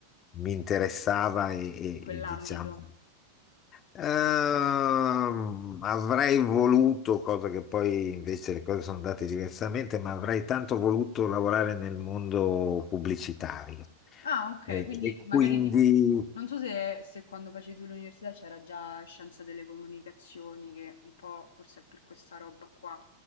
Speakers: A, on the left; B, on the left.
A: mi interessava e,
B: quell'ambito.
A: e- e, diciamo. ehm, avrei voluto, cosa che poi invece le cose sono andate diversamente, ma avrei tanto voluto lavorare nel mondo pubblicitario.
B: Ah, ok,
A: Eh,
B: quindi
A: e quindi
B: magari tipo, non so se, se quando facevi tu l'università c'era già scienza delle comunicazioni, che un po' forse è per questa roba qua.